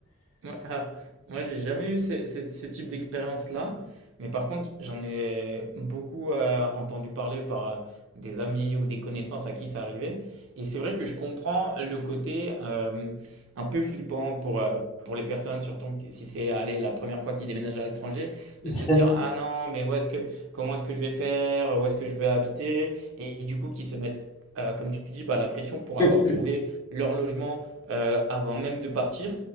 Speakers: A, on the right; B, on the left.
A: Ouais, ah, moi, j'ai jamais eu ce, ce- ce type d'expérience-là, mais par contre, j'en ai beaucoup euh, entendu parler par euh, des amis ou des connaissances à qui ça arrivait. Et c'est vrai que je comprends le côté euh, un peu flippant pour, euh, pour les personnes, surtout que si c'est allez, la première fois qu'ils déménagent à l'étranger,
B: <laughs>
A: de se dire, Ah non, mais où est-ce que, comment est-ce que je vais faire, où est-ce que je vais habiter? Et du coup, qu'ils se mettent, euh, comme tu dis, bah, la pression pour
B: Mm,
A: avoir
B: mm.
A: trouvé leur logement euh, avant même de partir.